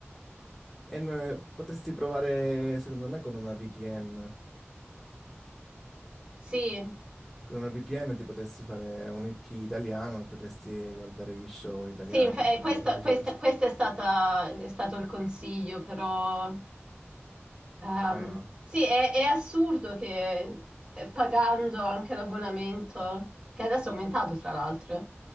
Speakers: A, in the centre; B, on the right.
A: E non- potresti provare, secondo me, con una VPN.
B: sì,
A: Con una VPN ti potresti fare un IP italiano, potresti guardare gli show italiani
B: sì, inf- eh,
A: e
B: questo,
A: viceversa.
B: questo- questo è stata- è stato il consiglio, però ehm,
A: Ah,
B: sì, è, è assurdo che eh, pagando anche l'abbonamento, che adesso è aumentato tra l'altro,